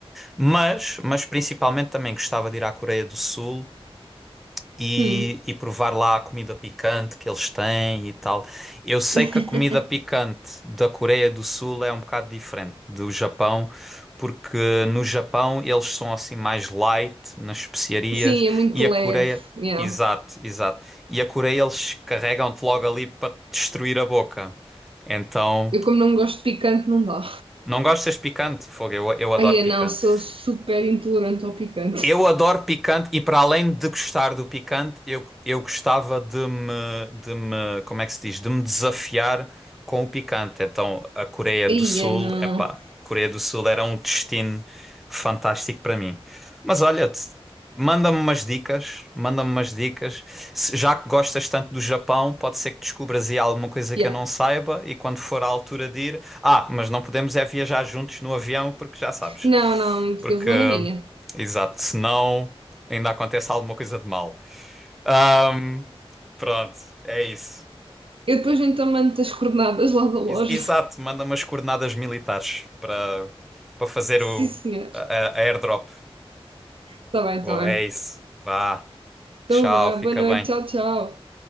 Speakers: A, in the centre; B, on the right.
A: Mas, mas principalmente também gostava de ir à Coreia do Sul e,
B: Hum.
A: e provar lá a comida picante que eles têm e tal. Eu sei
B: <laughs>
A: que a comida picante da Coreia do Sul é um bocado diferente do Japão, porque no Japão eles são assim mais light nas especiarias
B: Sim, é muito
A: e a
B: leve.
A: Coreia.
B: Yeah.
A: Exato, exato. E a Coreia eles carregam-te logo ali para te destruir a boca. Então,
B: Eu, como não gosto de picante, não dá.
A: não gostas picante? Fogo, eu, eu adoro
B: Ai, é
A: picante.
B: não, sou super intolerante ao picante.
A: Eu adoro picante e para além de gostar do picante, eu, eu gostava de me, de me, como é que se diz, de me desafiar com o picante. Então, a Coreia do
B: Ai,
A: Sul,
B: é não.
A: epá, Coreia do Sul era um destino fantástico para mim. Mas olha, te- manda-me umas dicas, manda-me umas dicas. Se- Já que gostas tanto do Japão, pode ser que descubras aí alguma coisa
B: Yeah.
A: que eu não saiba e quando for à altura de ir, ah, mas não podemos é viajar juntos no avião porque já sabes.
B: Não, não,
A: Porque
B: eu vou na minha.
A: Exato, senão ainda acontece alguma coisa de mal. Ahm, pronto, é isso.
B: Eu depois então mando as coordenadas lá da loja.
A: Ex- Exato, manda umas coordenadas militares para para fazer
B: Sim,
A: o
B: senhor.
A: a, a- a airdrop.
B: Está bem,
A: Bom,
B: está bem.
A: é isso. Vá.
B: Então
A: Tchau,
B: vá,
A: fica
B: boa noite,
A: bem.
B: tchau, tchau.